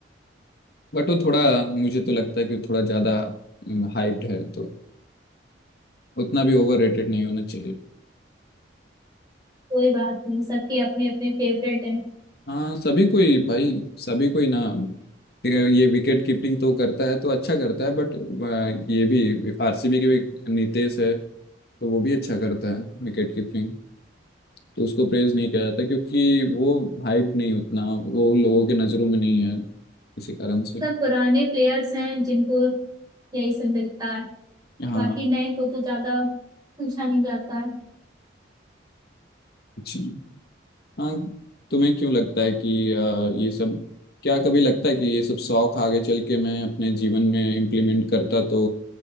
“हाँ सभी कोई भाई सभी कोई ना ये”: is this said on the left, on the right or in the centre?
Left